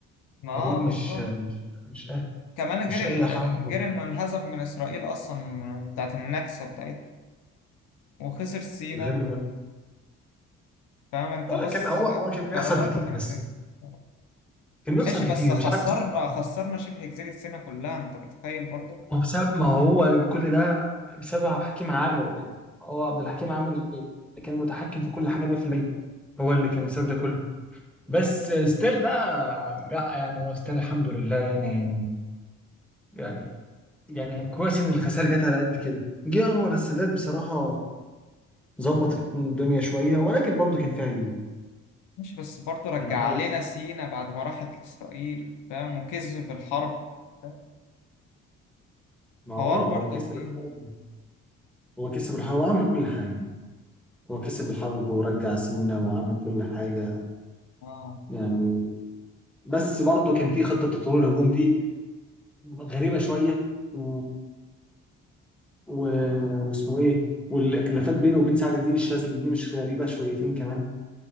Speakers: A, on the left; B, in the centre.
A: ما
B: حروب
A: اه بالظبط
B: مش آه، مش مش أه
A: كمان
B: مش
A: غير ال...
B: اي حرب
A: غير انه انهزم من اسرائيل اصلا بتاعت النكسه بتاعتها وخسر سينا
B: غير
A: فاهم انت
B: آه،
A: بص
B: كان هو هو كان بيخسر
A: قراراته
B: كتير
A: كانت
B: بس
A: رخمه بصراحة.
B: كان بيخسر
A: ماشي بس
B: كتير
A: خسرنا
B: مش عارف بسبب قرارات.
A: خسرنا شبه جزيره سينا كلها انت متخيل برضه
B: ما هو بسبب ما هو كل ده بسبب عبد الحكيم عامر يعني هو عبد الحكيم عامر اللي كان متحكم في كل حاجه 100% هو اللي كان بسبب ده كله بس ستيل بقى لا يعني هو ستيل الحمد لله يعني يعني يعني كويس ان الخسائر جت على قد كده جه انور السادات بصراحه ظبط الدنيا شويه ولكن برضه كان فيها عيوب
A: ماشي بس برضه رجع
B: يعني انور
A: علينا
B: السادات
A: سينا بعد ما راحت لاسرائيل فاهم وكذب الحرب فاهم؟
B: ما هو
A: حوار
B: اه
A: برضه
B: هو كسب
A: كبير
B: الحرب هو كسب الحرب وعمل كل حاجة هو كسب الحرب ورجع سينا وعمل كل حاجة
A: اه
B: يعني بس برضه كان في خطة تطوير الهجوم دي غريبة شوية و... واسمه ايه والخلافات بينه وبين سعد الدين الشاذلي دي مش غريبة شويتين كمان